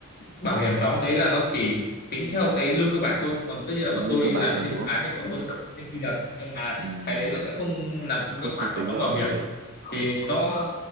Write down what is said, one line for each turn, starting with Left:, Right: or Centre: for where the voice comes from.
Left: bảo hiểm đóng đấy là nó chỉ tính theo cái lương cơ bản thôi còn tất nhiên là
Right: đúng
Left: bọn
Right: lương
Left: tôi
Right: cơ bản
Left: làm
Right: thôi
Left: thêm
Right: đúng
Left: dự
Right: không
Left: án thì bọn tôi sẽ có thêm thu nhập nhưng mà
Right: ừ.
Left: cái đấy nó sẽ không nằm trong
Right: không
Left: cái
Right: không
Left: khoản
Right: tính
Left: mà đóng
Right: vào
Left: bảo
Right: bảo
Left: hiểm
Right: hiểm đấy
Left: thì nó